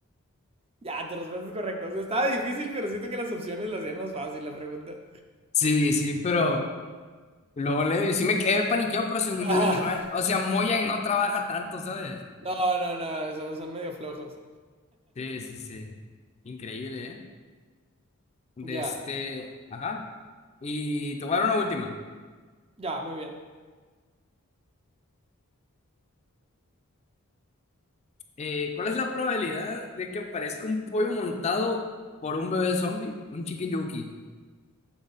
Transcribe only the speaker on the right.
Ya, tu respuesta es correcta. O sea, estaba difícil, pero siento que las opciones la hacían más fácil la pregunta.
<laughs>
Ah,
no, no, no, son, son medio flojos.
Ya,
ya, muy bien.